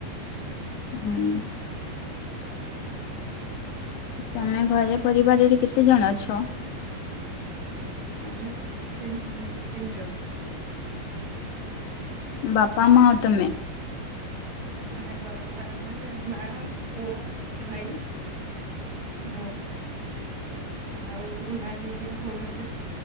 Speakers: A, on the left; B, on the right.
A: <unintelligible> ତମେ ଘରେ ପରିବାରରେ କେତେ ଜଣ ଅଛ?
B: ଆମେ <inaudible> ତିନ୍ ତିନି ଜଣ।
A: ବାପା ମାଆ ଆଉ ତମେ?
B: <inaudible> ନାଇ ନୁହଯେ ମା ପୁଅ ଭାଇ। ମୁଁ। <inaudible> ଆଉ ନାନୀ ବି ଭଉଣୀ ଗୋଟେ।